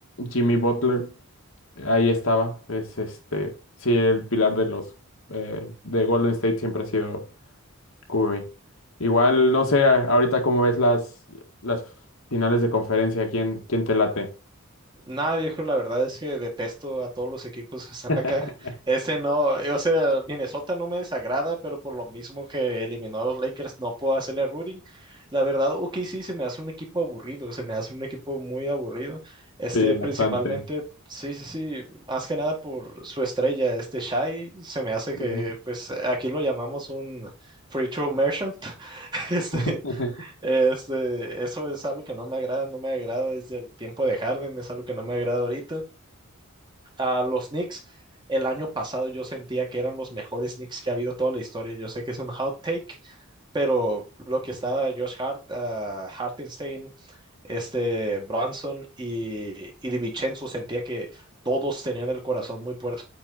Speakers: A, on the left; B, on the right.
A: Jimmy Butler, ahí estaba. Es este, sí, el pilar de los eh, de Golden State siempre ha sido Curry. Igual, no sé, a- ahorita cómo ves las, las finales de conferencia, ¿quién, quién te late?
B: Nada, viejo, la verdad es que detesto a todos los equipos que están
A: <laughs>
B: acá. <laughs> Ese no, o sea, Minnesota no me desagrada, pero por lo mismo que eliminó a los Lakers, no puedo hacerle rooting. La verdad, o OKC se me hace un equipo aburrido, se me hace un equipo muy aburrido. Este,
A: Sí, bastante.
B: principalmente, sí, sí, sí, más que nada por su estrella, este Shai, se me hace
A: Ujú.
B: que, pues, aquí lo llamamos un free throw merchant. <laughs> Este,
A: <laughs>
B: este, eso es algo que no me agrada, no me agrada desde el tiempo de Harden, es algo que no me agrada ahorita. A los Knicks, el año pasado yo sentía que eran los mejores Knicks que ha habido toda la historia. Yo sé que es un hot take, pero lo que estaba Josh Hart, ah, Hartenstein, este Bronson y, y Di Vincenzo sentía que todos tenían el corazón muy, puer-